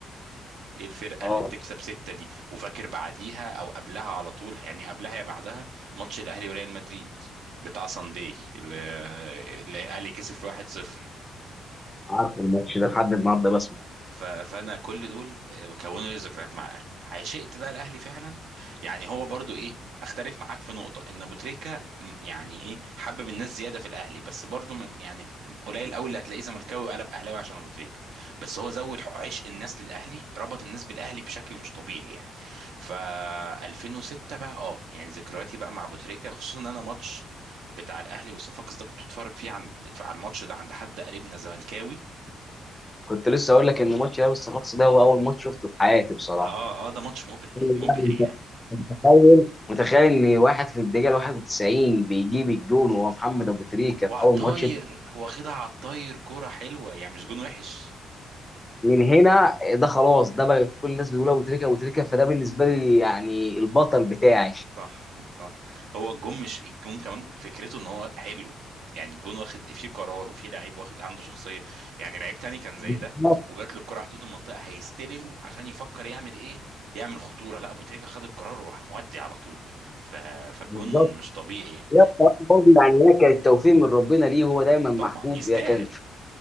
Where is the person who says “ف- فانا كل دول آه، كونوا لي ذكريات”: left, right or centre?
Right